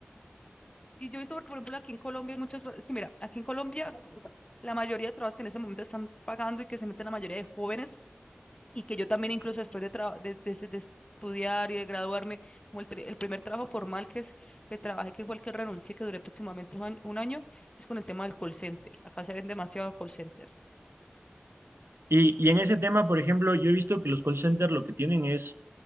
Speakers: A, on the left (about 25°); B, on the right (about 80°).
A: Y yo he visto, porque, por ejemplo, aquí en Colombia hay muchos, es que mira, aquí en Colombia la mayoría de trabajos que en este momento están pagando y que se meten la mayoría de jóvenes y que yo también incluso después de, traba- de, de- de estudiar y de graduarme, como el, pri- el primer trabajo formal que, es, que trabajé, que fue el que renuncié, que duré aproximadamente un, año, un año, es con el tema del call center. Acá se ven demasiado call center,
B: Y, y en ese tema, por ejemplo, yo he visto que los call centers lo que tienen es,